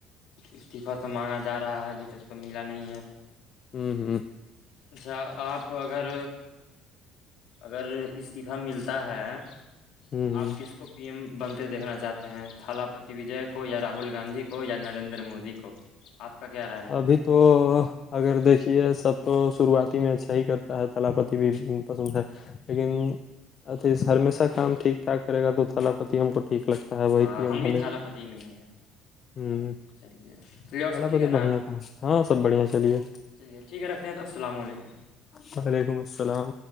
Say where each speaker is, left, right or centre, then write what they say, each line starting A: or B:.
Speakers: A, on the left (about 65°); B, on the left (about 40°).
A: استعفہ تو مانگا جا رہا ہے ابھی تک تو ملا نہیں ہے
B: ہوں ہوں
A: اچھا آپ اگر اگر استعفی ملتا ہے
B: ہ
A: تو آپ کس کو پی ایم بنتے دیکھنا چاہتے ہیں تھال پتی وجے کو یا راہل گاندھی کو یا نریندر مودی کو آپ کا کیا رہا ہے
B: ابھی تو اگر دیکھیے سب تو شروعات ہی میں اچھا ہی کرتا ہے تلا پتی بھی پسند تھا لیکن اچھا ہمیش کا ٹھیک ٹھاک کرے گ تو تھولا پتی ہم کو ٹیک لگ ہے ت وہ
A: ہاں
B: پم
A: ہم بھی
B: دان
A: تھالا
B: ہوں
A: پتی میں ہی ہیں چلیے چلیے اور
B: چل
A: سب ٹھیک
B: پتی
A: ہے نا
B: بڑھیا کام ہاں سب بڑھیا چلیے
A: چلیے ٹھیک ہے رکھتے توسلام علیکم
B: وعلیکم السلام